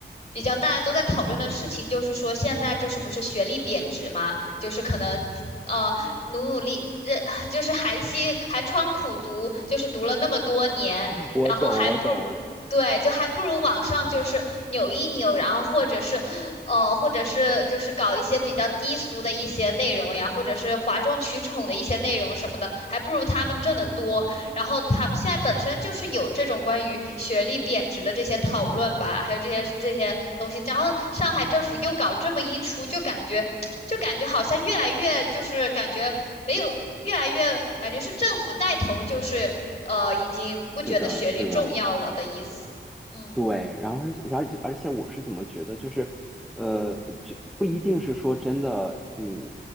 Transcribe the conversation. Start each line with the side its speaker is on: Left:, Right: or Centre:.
Left: 比较大家都在讨论的事情，就是说现在就是不是学历贬值嘛，就是可能呃努努力，呃就是寒心寒窗苦读，就是读了那么多年，
Centre: 嗯我懂，
Left: 然后还不如。
Centre: 我懂。
Left: 对，就还不如网上就是扭一扭，然后或者是，呃，或者是就是搞一些比较低俗的一些内容呀，或者是哗众取宠的一些内容什么的，还不如他们挣得多。然后他们现在本身就是有这种关于学历贬值的这些讨论吧，还有这些这些东西。然后上海政府又搞这么一出，就感觉就感觉好像越来越就是感觉没有越来越感觉是政府带头，就是呃已经不觉得学历重要了的意思。
Centre: 是的，是的。
Left: 嗯
Centre: 对，然后而且，而且，而且，我是怎么觉得，就是，呃，就不一定是说真的，嗯，